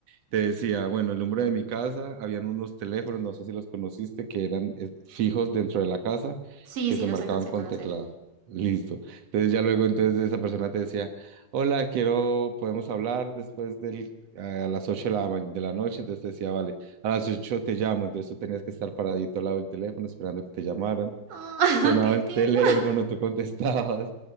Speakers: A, on the right (about 85°); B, on the right (about 35°).
A: te decía, bueno, el número de mi casa, habían unos teléfonos, no sé si los conociste, que eran eh, fijos dentro de la casa,
B: Sí,
A: que
B: sí,
A: se
B: los
A: marcaban
B: alcancé
A: con
B: a conocer.
A: teclado. Listo. Entonces ya luego entonces esa persona te decía, hola, quiero, podemos hablar después del a las 8 de la, ma- de la noche, entonces te decía, vale, a las 8 te llamo, entonces tú tenías que estar paradito al lado del teléfono esperando que te llamaran.
B: Ah,
A: Sonaba
B: <laughs> ¡Qué
A: el
B: tierno!
A: <laughs> teléfono, tú contestabas,